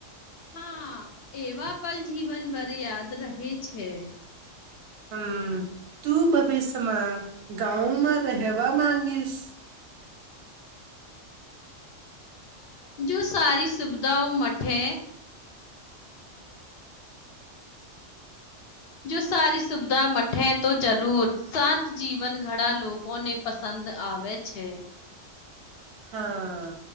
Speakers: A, on the left (about 60°); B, on the right (about 60°).
A: હા એવા પલ જીવન ભર યાદ રહે છે.
B: હમ્મ તું ભવિષ્યમાં ગાઉમાં રહેવા માંગીશ
A: જો સારી સુવિધાઓ મઠે જો સારી સુવિધા મઠે તો જરૂર શાંત જીવન ઘણા લોકો ને પસંદ આવે છે.
B: હા